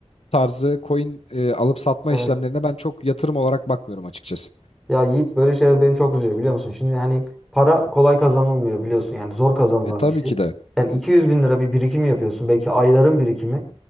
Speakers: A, on the left (about 65°); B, in the centre.
A: tarzı coin e, alıp satma
B: Evet.
A: işlemlerine ben çok yatırım olarak bakmıyorum açıkçası.
B: Ya Yiğit böyle şeyler beni çok üzüyor biliyor musun? Şimdi hani para kolay kazanılmıyor biliyorsun yani zor kazanılan
A: E tabii
B: bir şey.
A: ki de
B: Yani 200 bin lira bir birikim yapıyorsun. Belki ayların birikimi,